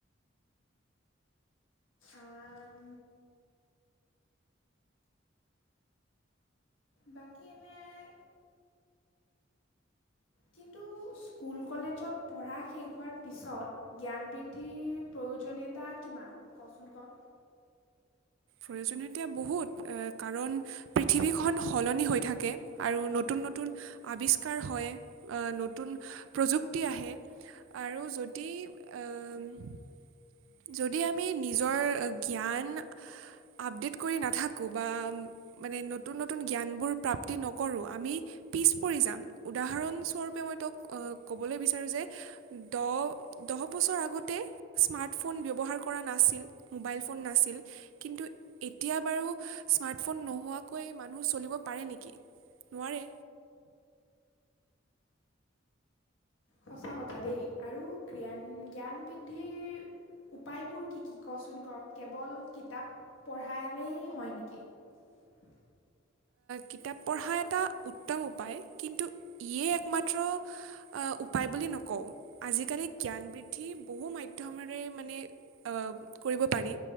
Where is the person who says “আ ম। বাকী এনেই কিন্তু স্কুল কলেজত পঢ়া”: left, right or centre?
Left